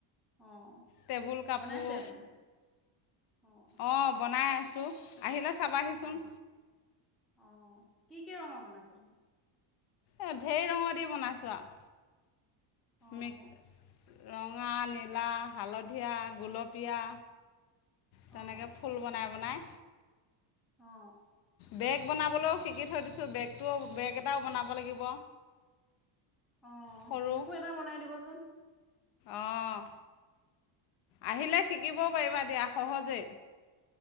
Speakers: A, in the centre; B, on the left (about 50°).
A: অ'
B: টেবুল কাপোৰ,
A: বনাইছে আপুনি? অ'
B: অঁ বনাই। চু আহিলে চাবাহি
A: অ'
B: চোন।
A: অ। কি কি ৰঙ বনাইছে?
B: এই ঢেৰ ৰঙৰ দি বনাইছোঁ আও।
A: অ'
B: ম <inaudible> ৰঙা, নীলা, হালধীয়া, গোলপীয়া।
A: অ'
B: তেনেকে ফুল বনাই বনাই।
A: অ।
B: বেগ বনাবলৈও শিকি থৈ দিছোঁ বেগটোও বেগ এটাও বনাব লাগিব।
A: অ
B: সৰু
A: মোকো এটা বনাই দিবচোন।
B: অঁ। আহিলে শিকিব। ক পাৰিবা দিয়া সহজে।